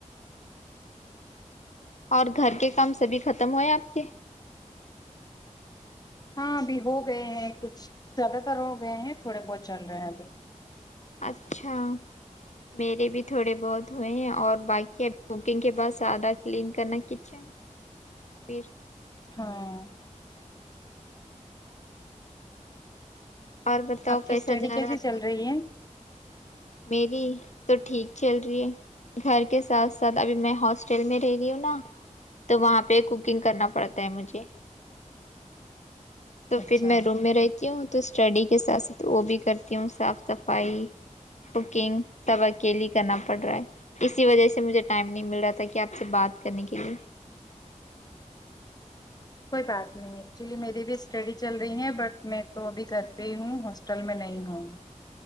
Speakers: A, on the left; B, on the left.
A: اور گھر کے کام سبھی ختم ہوئے آپ کے
B: ہاں ابھی ہو گئے ہیں کچھ زیادہ تر ہو گئے ہیں تھوڑے بہت چل رہے ہیں ابھی <unintelligible>
A: اچھا میرے بھی تھوڑے بہت ہوئے ہیں اور باقی ابھی کوکنگ کے بعد سادہ کلنک کرنا کچھا پھر <unintelligible>
B: ہاں <unintelligible>
A: اور بتاؤ
B: آپ کی
A: کیسا
B: اسٹڈی
A: جا
B: کیسی
A: رہا ہے آپ
B: چل
A: کا
B: رہی
A: دن
B: ہے <unintelligible>
A: میری تو ٹھیک چل رہی ہے گھر کے ساتھ ساتھ ابھی میں ہاسٹل میں رہ رہی ہوں نا تو وہاں پہ کوکنگ کرنا پڑتا ہے مجھے تو
B: اچھا
A: پھر میں روم میں رہتی ہوں تو اسٹڈی کے ساتھ ساتھ وہ بھی کرتی ہوں صاف صفائی کوکنگ سب اکیلی کرنا پڑ رہا ہے اسی وجہ سے مجھے ٹائم نہیں مل رہا تھا کہ آپ سے بات کرنے کے لیے
B: کوئی بات نہیں ایکچولی میری بھی اسٹڈی چل رہی ہے بٹ میں تو ابھی گھر پہ ہی ہوں ہاسٹل میں نہیں ہوں